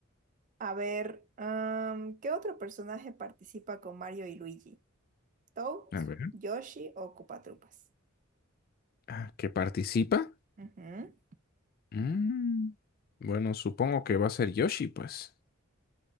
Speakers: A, on the right; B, on the left.
A: A ver, am, ¿qué otro personaje participa con Mario y Luigi? ¿Toad,
B: A ver.
A: Yoshi o Koopa Troopas?
B: Ah, ¿Que participa?
A: Ujú,
B: Mm, Bueno, supongo que va a ser Yoshi, pues.